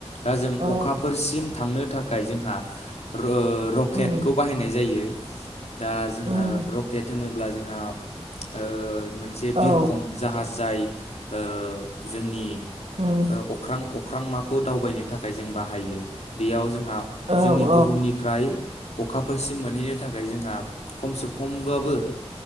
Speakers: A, on the left (about 80°); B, on the right (about 70°).
A: दा जों
B: औ
A: अखाफोरसिम थांनो थाखाय जोंहा र' ओ रकेटखौ
B: उम
A: बाहायनाय जायो। दा जोंहा
B: उम
A: रकेट होनोब्ला जोंहा ओ मोनसे
B: औ
A: बिरखं जाहाज जाय ओ जोंनि
B: उम
A: ओ अख अख्रां माखौ दावबायनो थाखाय जों बाहायो बेयाव जों हा
B: औ औ
A: जोंनि बुहुमनिफ्राय अखाफोरसिम मोनहैनो थाखाय जोंहा खमसे खमबाबो